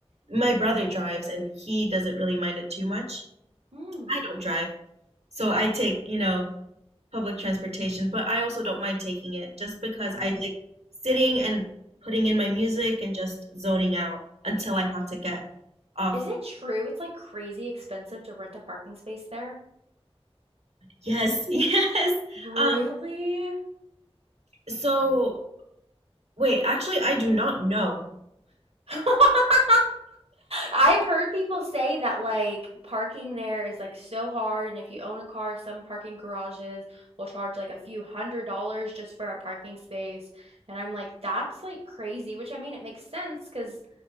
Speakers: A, on the right (about 85°); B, on the right (about 70°).
A: my brother drives and he doesn't really mind it too much.
B: Mm,
A: I don't drive. So I take, you know, public transportation, but I also don't mind taking it just because
B: yeah.
A: I like sitting and putting in my music and just zoning out until I have to get off.
B: Is it true it's like crazy expensive to rent a parking space there?
A: Yes, <laughs> yes.
B: Really?
A: Um, so wait, actually I do not know.
B: <laughs> I've heard people say that like parking there is like so hard, and if you own a car, some parking garages will charge like a few hundred dollars just for a parking space. And I'm like, that's like crazy, which I mean, it makes sense because